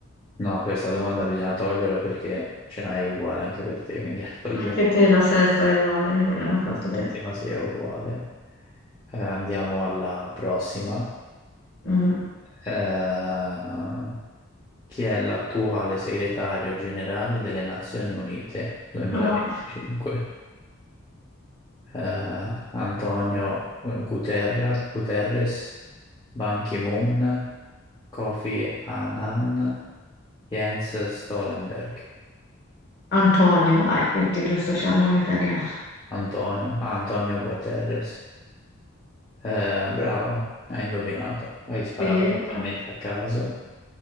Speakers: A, on the left; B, on the left.
A: no, questa domanda bisogna toglierla perché ce n'hai uguale anche per te, quindi <laughs> la togliamo.
B: Anche te la sesta è uguale, quella mi ha fatto
A: La settima
B: te.
A: sì è uguale. Eh, andiamo alla prossima.
B: Mhm.
A: Eh, chi è l'attuale segretario generale delle Nazioni Unite 2025?
B: Ah, ma-
A: eh, Antonio eh, Guterra, Guterres, Ban Ki-moon, Kofi Annan, Jens Stoltenberg.
B: Antonio, vai, perché giusto c'è il nome italiano.
A: Antonio, ah, Antonio Guterres. Eh, brava, hai indovinato, l'hai sparato
B: Sì, eh.
A: totalmente a caso.